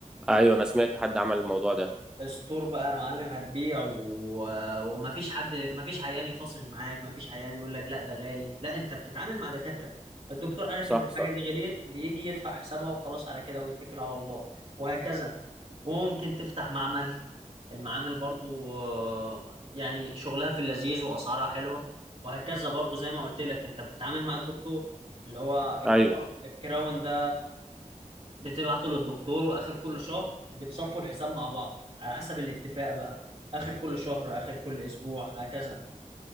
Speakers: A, in the centre; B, on the right.
A: ايوه انا سمعت حد عمل الموضوع ده
B: ستور بقى يا معلم هتبيع و... ومفيش حد مفيش عيان يفاصل معاك مفيش عيان يقول لك لا ده غالي لا انت بتتعامل مع دكاترة الدكتور عارف
A: صح
B: ان الحاجة
A: صح
B: دي غليت بيجي يدفع حسابها وخلاص على كده ويتكل على الله وهكذا وممكن تفتح معمل المعامل برضو آه، يعني شغلها في اللذيذ واسعارها حلوة وهكذا برضو زي ما قلت لك انت بتتعامل مع الدكتور اللي هو الكرا-
A: ايوه
B: الكراون ده بتبعته للدكتور واخر كل شهر بتصفوا الحساب مع بعض على حسب الاتفاق بقى اخر كل شهر اخر كل اسبوع هكذا